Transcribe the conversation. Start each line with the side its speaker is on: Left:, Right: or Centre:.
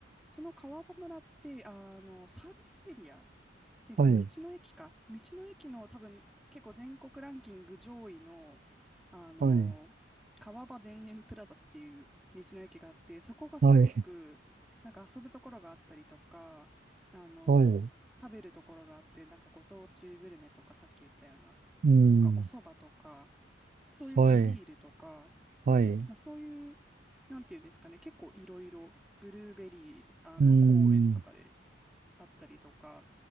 Centre: その川場村ってあのサービスエリアっていう道の駅か。
Right: はい。
Centre: 道の駅の多分結構全国ランキング上位の、あの川場田園プラザっていう道の駅があって、
Right: はい。
Centre: そこがすごくなんか遊ぶところがあったりとか、
Right: はい。
Centre: あの食べるところがあって、
Right: はい。
Centre: なんかご当地グルメとかさっき言ったような、
Right: うん。
Centre: とかお蕎麦とか、そういう地ビールとか、
Right: はい。はい。
Centre: まあ、そういう、なんていうんですかね、結構いろいろブルーベリーあの公園とかで
Right: うん。
Centre: あったりとか、